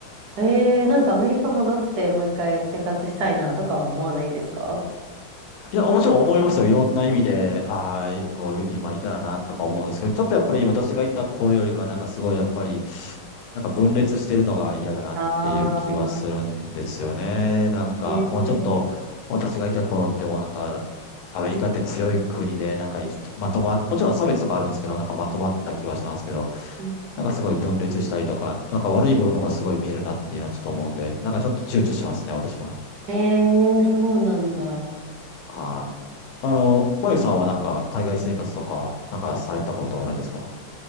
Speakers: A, on the right; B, on the left.
A: えー、なんかアメリカ戻ってもう一回生活したいなとかは思わないですか
B: いや、もちろん思いますよ。いろんな意味で、ああ、こう、今いたらな、とか思うんですけど、ちょっとやっぱり私がいた頃よりか、なんかすごい、やっぱり、なんか分裂してるのが嫌だなっていう気はするんですよね。
A: ああ
B: なんか、
A: ー、え
B: もうちょっと、私がいた頃ってもうなんか、アメリカって強い国で、なんかい、まとま、もちろん差別とかあるんですけど、なんかまとまってた気はしたんですけど、
A: ー、
B: なんかすごい分裂したりとか、なんか悪い部分がすごい見えるなっていうのはちょっと思うんで、なんかちょっと躊躇しますね、私は。
A: えー、そうなんだ。
B: はい。あの、まゆさんはなんか海外生活とか、なんかされたことあるんですか